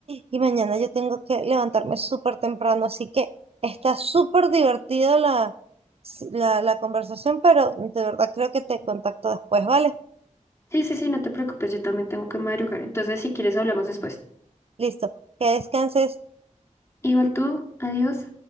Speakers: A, on the right; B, on the left.
A: y mañana yo tengo que levantarme súper temprano, así que está súper divertida la, la, la conversación, pero de verdad creo que te contacto después, ¿vale?
B: sí, sí, sí, no te preocupes, yo también tengo que madrugar. Entonces, si quieres, hablamos después.
A: Listo, que descanses.
B: Igual tú, adiós.